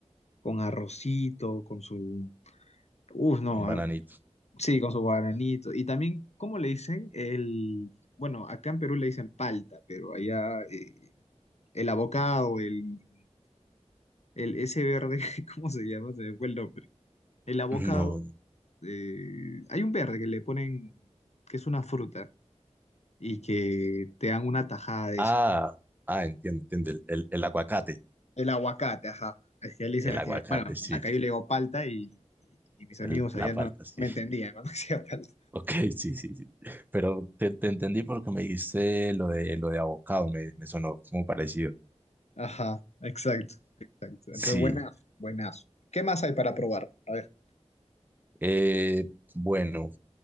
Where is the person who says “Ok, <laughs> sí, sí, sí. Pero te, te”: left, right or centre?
Right